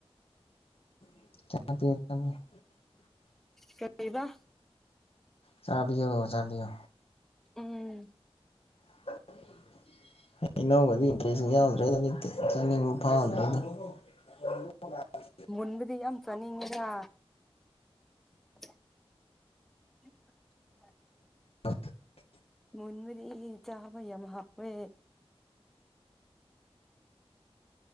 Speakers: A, on the left; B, in the centre.
A: <unintelligible>
B: ꯀꯩꯕ
A: ꯆꯥꯕꯤꯌꯣ ꯆꯥꯕꯤꯌꯣ
B: ꯎꯝ
A: <unintelligible> ꯍꯩꯅꯧꯒꯖꯦ ꯏꯟꯇ꯭ꯔꯦꯁ ꯌꯥꯎꯗ꯭ꯔꯒꯗꯤ ꯀꯦꯝ ꯆꯅꯤꯡꯕ ꯐꯥꯗ꯭ꯔꯦ <unintelligible>
B: ꯃꯨꯟꯕꯗꯤ ꯌꯥꯝ ꯆꯅꯤꯡꯉꯦꯗ <unintelligible>
A: ꯑ <unintelligible>
B: ꯃꯨꯟꯕꯗꯤ ꯆꯥꯕ ꯌꯥꯃ ꯍꯥꯎꯋꯦ